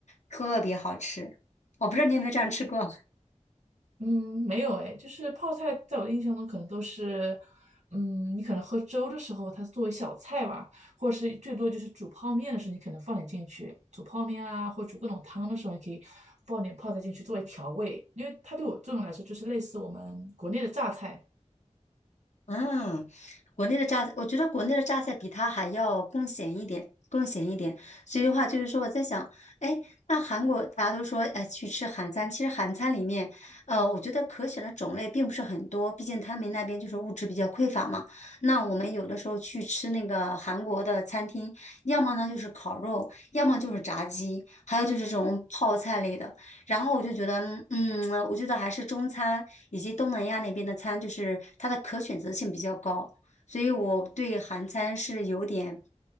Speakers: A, on the left; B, on the right.
A: 特别好吃。我不知道你有没有这样吃过。
B: 嗯，没有哎，就是泡菜，在我的印象中可能都是，嗯，你可能喝粥的时候，它是作为小菜吧，或者是最多就是煮泡面的时候，你可能放点进去，煮泡面啊，或者煮各种汤的时候，你可以放点泡菜进去作为调味，因为它对我作用来说，就是类似我们国内的榨菜。
A: 嗯，国内的榨菜，我觉得国内的榨菜比它还要更咸一点，更咸一点。所以的话，就是说我在想，哎，那韩国大家都说，哎，去吃韩餐，其实韩餐里面，呃，我觉得可选的种类并不是很多，毕竟他们那边就是物质比较匮乏嘛。那我们有的时候去吃那个韩国的餐厅，要么呢就是烤肉，要么就是炸鸡，还有就是这种泡菜类的。然后我就觉得，嗯，我觉得还是中餐以及东南亚那边的餐，就是它的可选择性比较高，所以我对韩餐是有点，